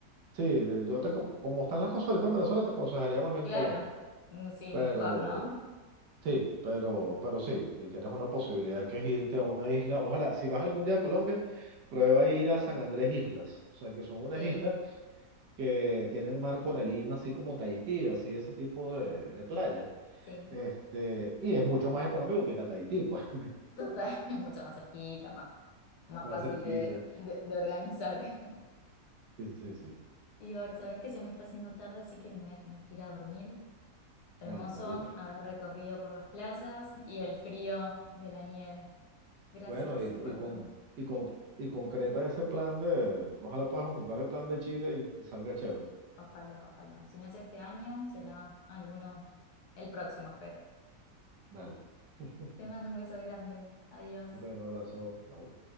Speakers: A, on the right; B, on the left.
A: sí, de- yo te, co- como están las cosas ahorita en Venezuela, te aconsejaría más bien
B: Claro,
A: Colombia,
B: mm, sí,
A: pero
B: mejor, ¿no?
A: Sí, pero, pero sí, y tienes una posibilidad que es irte a una isla. Ojalá, si vas algún día a Colombia, prueba ir a San Andrés Islas. O sea, que son unas
B: Sí,
A: islas que tienen mar coralino, así como Tahití, así ese tipo de, de playa.
B: sí,
A: Este, y es mucho más económico que ir a Tahití, pues, <laughs>
B: total, <laughs> mucho más cerquita, más, más
A: más
B: fácil
A: cerquita.
B: de, de, de organizar. <laughs>
A: Sí, sí, sí.
B: Igor, ¿sabes que se me está haciendo tarde, así que me voy a tener que ir a dormir? Hermoso
A: Dale, Pablita.
B: haber recorrido por las playas y el frío de la nieve. Gracias
A: Bueno, y,
B: por
A: y con,
B: todo.
A: y con, y concreta ese plan de, ojalá puedas concretar el plan de Chile y salga chévere.
B: Ojalá, ojalá. Si no es este año, será alguno el próximo, espero.
A: Dale. <laughs>
B: Te mando un beso grande. Adiós.
A: Un abrazo. Chao.